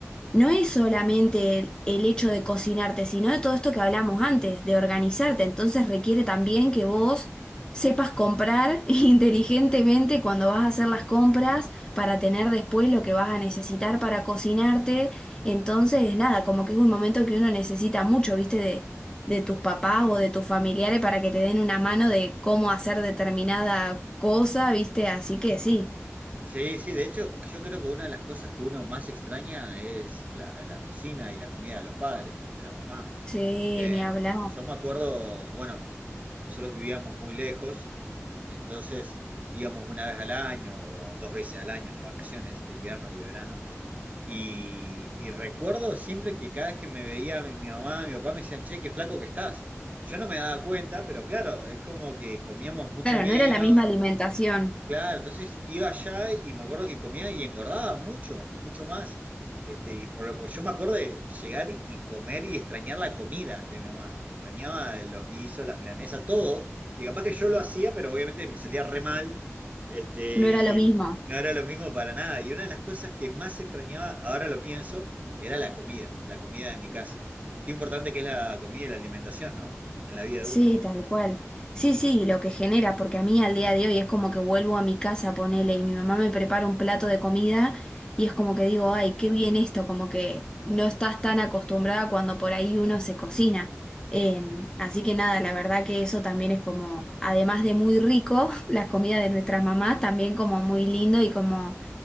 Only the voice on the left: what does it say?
no es solamente el, el hecho de cocinarte, sino de todo esto que hablamos antes, de organizarte. Entonces requiere también que vos sepas comprar <laughs> inteligentemente cuando vas a hacer las compras para tener después lo que vas a necesitar para cocinarte. Entonces, nada, como que es un momento que uno necesita mucho, ¿viste? De, de tus papás o de tus familiares para que te den una mano de cómo hacer determinada cosa, ¿viste? Así que sí,
sí,
ni hablar.
Claro,
no era la misma alimentación.
No
era lo mismo.
Sí,
tal cual. Sí, sí, y lo que genera, porque a mí al día de hoy es como que vuelvo a mi casa, ponele, y mi mamá me prepara un plato de comida y es como que digo, ay, qué bien esto, como que no estás tan acostumbrada cuando por ahí uno se cocina. Em, así que nada, la verdad que eso también es como, además de muy rico, <laughs> la comida de nuestras mamás también como muy lindo y como